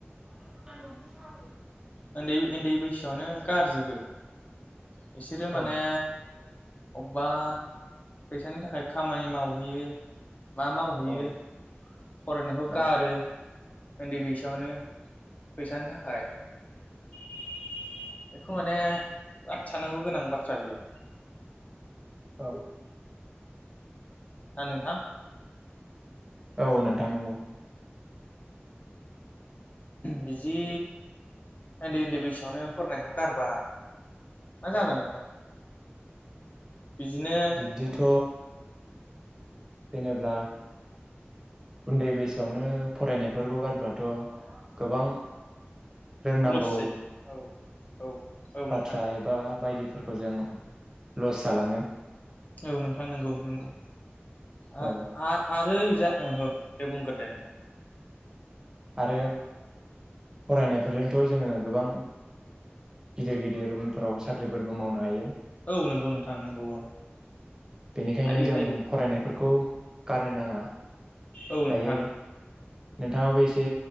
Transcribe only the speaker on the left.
उन्दै उन्दै बैसोआवनो गारजोबो बिसोरो माने
अबबा फैसानि थाखाय खामानि मावहैयो। मा मावहैयो।
फरायनायखौ‌
गारो ओन्दै बैसो आवनो फैसानि थाखाय बेखौ माने आद सखन्नांगौ गोनां बाथ्रा बेयो
ना नोंथां।
बिदि ओन्दै ओन्दै बैसोआवनो फरायनायखौ गारबा मा जागोन नोंथां? बिदिनो
लस जायो औ औ औ
नोंथां
औ नोंथां नोंगौ नोंगौ। आ‌
आ आरो जा दे बुंगोर दे नोंथां।
औ नोंगौ नोंथां नोंगौ औ।
हायो
हायो
औ नोंथां।